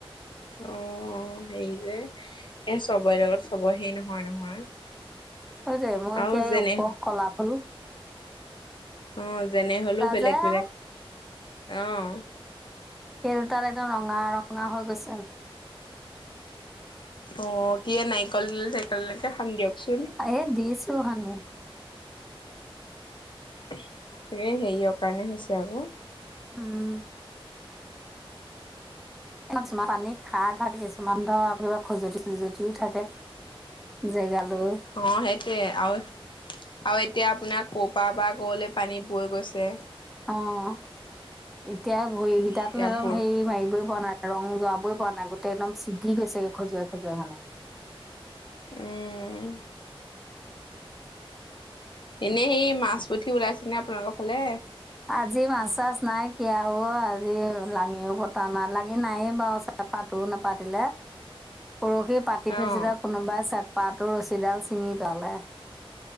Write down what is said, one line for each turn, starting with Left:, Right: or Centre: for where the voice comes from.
Left: অঁ অঁ সেৰি যে এ চবৰে লগত চবৰে সে নহয় নহয়।
Centre: সেইটোৱে মই
Left: আৰু
Centre: এতিয়া এই
Left: যেনে
Centre: ওপৰ কলাফুল
Left: অঁ যেনে হলেও বেলেগ
Centre: যে
Left: বেলেগ, অঁ।
Centre: সেই দুটাত একদম ৰঙা ৰঙা হৈ গৈছে।
Left: অ কিয়ে নাৰিকল তেল চাৰিকল তেলকে সানি দিয়কচোন।
Centre: এ দিছো সানি।
Left: এই হেৰিয়ৰ কাৰণে হৈছে আকৌ
Centre: উম। কিছুমান পানী খাৰ থাকে কিছুমান ধৰ কিবা খজুৱতি চুঁজুতিও থাকে। জেগা লৈও।
Left: অঁ সেইটোৱে আৰু আৰু এতিয়া আপোনাৰ কৰ পৰা বা কলে পানী বৈ গৈছে।
Centre: অঁ এতিয়া ভৰিকেইটাতো
Left: এতিয়া
Centre: একদম
Left: বোৰ
Centre: হেৰি মাৰিবই পৰা নাই ৰং যোৱাবই পৰা নাই গোটেই একদমি ছিগি গৈছে খজুৱাই খজুৱাই মানে।
Left: উমম। এনেই সেই মাছ পুঠি ওলাইছেনে আপোনালোকৰ ফালে?
Centre: আজি মাছ- চাছ নাইকিয়া অও আজি লাঙিও পতা নাই। লাঙি নাইয়ে বাৰু চে চেপাটো নেপাতিলে। পৰহি পাতি থৈছিলে।
Left: অ',
Centre: কোনোবাই চেপাটোৰ ৰছীডাল ছিঙি পেলালে।